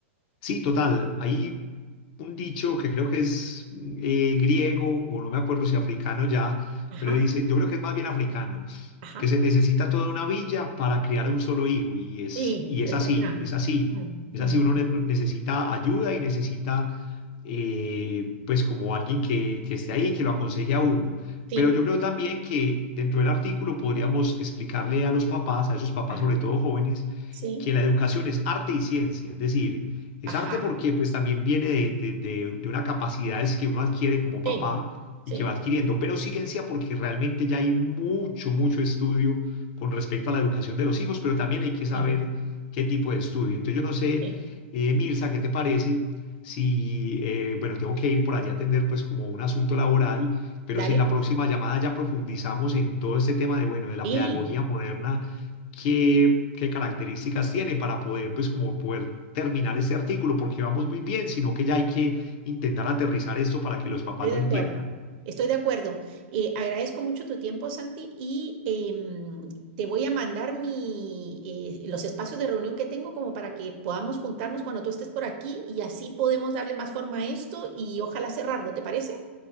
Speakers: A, on the left; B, on the right.
A: Sí, total. Hay un dicho que creo que es eh, griego o no me acuerdo si africano ya,
B: Ajá,
A: pero dice, yo creo que es más bien africano
B: ajá.
A: que se necesita toda una villa para criar a un solo hijo y es,
B: Sí,
A: y es
B: es
A: así,
B: verdad.
A: es así,
B: Mm,
A: es
B: mm,
A: así, uno ne- necesita ayuda y necesita eh, pues como alguien que, que esté ahí, que lo aconseje a uno.
B: sí,
A: Pero yo creo también que dentro del artículo podríamos explicarle a los papás, a esos papás
B: ajá,
A: sobre todo jóvenes,
B: sí,
A: que la educación es arte y ciencia, es decir, es
B: ajá,
A: arte porque pues también viene de, de, de, de una capacidades que uno adquiere como papá
B: sí, sí,
A: y que va adquiriendo, pero ciencia porque realmente ya hay mucho, mucho estudio con respecto a la educación de los hijos, pero también hay que saber
B: sí.
A: qué tipo de estudio. Entonces yo no sé,
B: sí.
A: eh, Mirza, ¿qué te parece? Si, eh, bueno, tengo que ir por allá a atender pues como un asunto laboral, pero
B: Dale,
A: si en la próxima llamada ya profundizamos en todo este tema de, bueno, de la
B: sí,
A: pedagogía moderna qué, qué características tiene para poder, pues, como poder terminar este artículo, porque vamos muy bien, sino que ya hay que intentar aterrizar esto para que los papás
B: estoy de
A: lo
B: acuerdo.
A: entiendan.
B: Estoy de acuerdo. Eh, agradezco mucho tu tiempo, Santi, y em, te voy a mandar mi, eh, los espacios de reunión que tengo como para que podamos juntarnos cuando tú estés por aquí y así podemos darle más forma a esto y ojalá cerrarlo, ¿te parece?